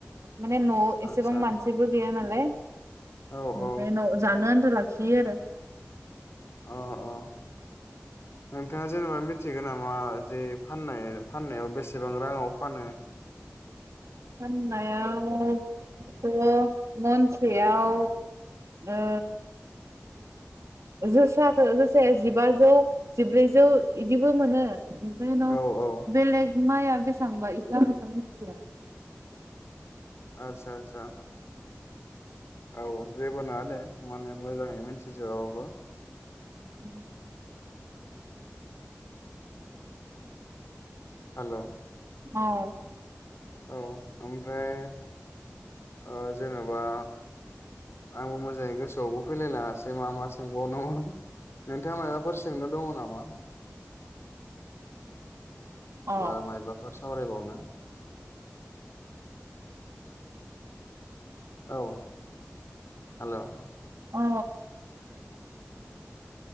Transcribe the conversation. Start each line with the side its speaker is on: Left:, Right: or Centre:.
Right: माने न'व एसेबां
Left: आदसा
Right: मानसि थिगबो गैया नालाइ
Left: औ
Right: एमफ्राय
Left: औ
Right: उनाव जानो फैस लाखियो आरो
Left: ओ ओ नोंथाङा जेनेबा मिथिगौ नामा जे फाननाय फाननायाव बेसेबां राङाव फानो
Right: फाननायावथ' मनसेयाव ओ जोसाखौ जोसाया जिबाजौ जिब्रैजौ बिदिबो मोनो एमफ्राय उनाव
Left: औ औ
Right: बेलेग माइआ बेसांबा इखौ आं मोन्थिया
Left: आदसा आतसा औ जेबो नङा दे माने मोजाङै मिन्थिजोबा बाबो
Right: <inaudible>
Left: हेल'
Right: औ
Left: औ ओमफ्राय ओ जेनेबा आंबो मोजाङै गोसोआवबो फैलायलाङासै मा मा सोंबावनोमोन नोंथाङा माबाफोर सोंनो दङ नामा? <inaudible>
Right: अ
Left: बा माइबाफोर सावराइ बावनो औ हेल'
Right: अ